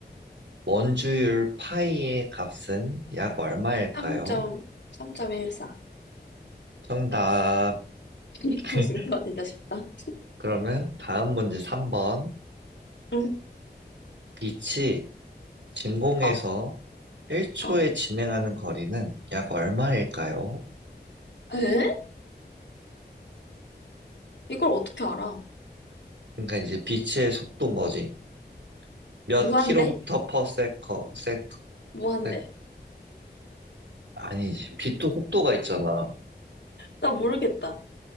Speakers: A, on the right (about 85°); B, on the left (about 85°).
A: 원주율 파이의 값은 약 얼마일까요?
B: 3점, 3.14.
A: 정답.
B: <laughs> 이거
A: <laughs>
B: 진짜 쉽다.
A: 그러면 다음 문제 3번.
B: 응,
A: 빛이 진공에서
B: 어,
A: 1초에
B: 어.
A: 진행하는 거리는 약 얼마일까요?
B: 에? 이걸 어떻게 알아?
A: 그러니까 이제 빛의 속도인 거지. 몇
B: 무한대?
A: 킬로미터 퍼 세커, 세,
B: 무한대.
A: 세, 아니지. 빛도 속도가 있잖아.
B: 나 모르겠다.